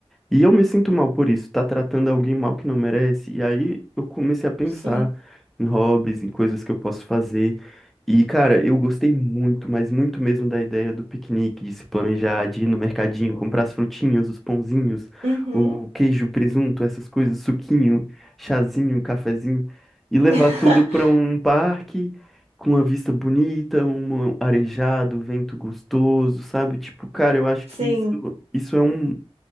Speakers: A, in the centre; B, on the right.
A: E eu me sinto mal por isso, tá tratando alguém mal que não merece. E aí eu comecei a pensar
B: sim.
A: em hobbies, em coisas que eu posso fazer. E, cara, eu gostei muito, mas muito mesmo da ideia do piquenique, de se planejar, de ir no mercadinho, comprar as frutinhas, os pãozinhos,
B: Uhum.
A: o queijo, presunto, essas coisas, suquinho, chazinho, cafezinho, e levar
B: <laughs>
A: tudo pra um parque com uma vista bonita, um arejado, vento gostoso, sabe? Tipo, cara, eu acho
B: Sim,
A: que isso, isso é um